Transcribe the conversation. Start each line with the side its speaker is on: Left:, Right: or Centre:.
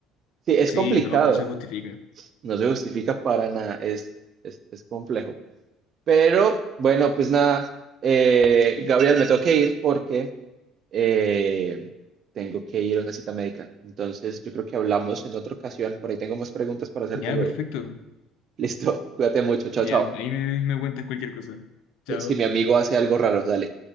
Right: Sí, es
Left: Sí,
Right: complicado.
Left: no, no se justifica.
Right: No se justifica para nada. Es, es, es complejo. Pero bueno, pues nada. eh, Gabriel, me tengo que ir porque eh, tengo que ir a una cita médica. Entonces, yo creo que hablamos en otra ocasión. Por ahí tengo más preguntas para hacerte
Left: Ya,
Right: luego.
Left: perfecto.
Right: Listo, <laughs> cuídate mucho. Chao,
Left: Ya,
Right: chao.
Left: ahí me, me cuentas cualquier cosa. Chao.
Right: Eh, Si mi amigo hace algo raro, dale.